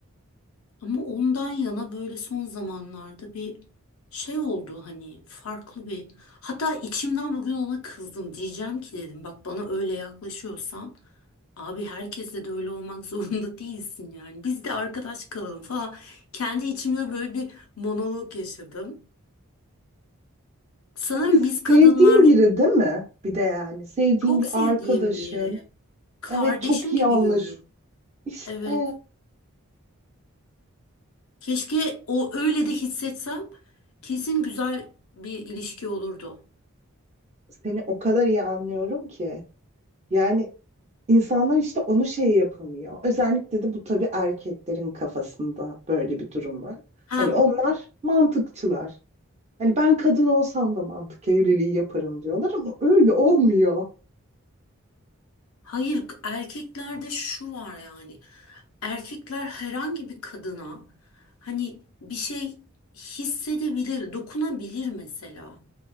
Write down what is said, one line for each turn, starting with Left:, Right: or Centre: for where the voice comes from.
Left: Ama ondan yana böyle son zamanlarda bir şey oldu hani farklı bir. Hatta içimden bugün ona kızdım. Diyeceğim ki dedim bak bana öyle yaklaşıyorsan abi herkesle de öyle olmak <laughs> zorunda değilsin yani. Biz de arkadaş kalalım falan. Kendi içimde böyle bir monolog yaşadım. Sanırım
Right: Hani sevdiğin
Left: biz kadınlar
Right: biri değil mi? Bir de yani sevdiğin
Left: Çok
Right: bir
Left: sevdiğim
Right: arkadaşın.
Left: biri. Kardeşim
Right: Evet çok iyi
Left: gibi
Right: anlaş.
Left: görüyorum.
Right: İşte
Left: Evet. Keşke o öyle de hissetsem kesin güzel bir ilişki olurdu.
Right: seni o kadar iyi anlıyorum ki. Yani insanlar işte onu şey yapamıyor. Özellikle de bu tabii erkeklerin kafasında böyle bir durum var.
Left: Ha,
Right: Hani onlar mantıkçılar. Hani ben kadın olsam da mantık evliliği yaparım diyorlar ama öyle olmuyor.
Left: hayır erkeklerde şu var yani. Erkekler herhangi bir kadına hani bir şey hissedebilir, dokunabilir mesela.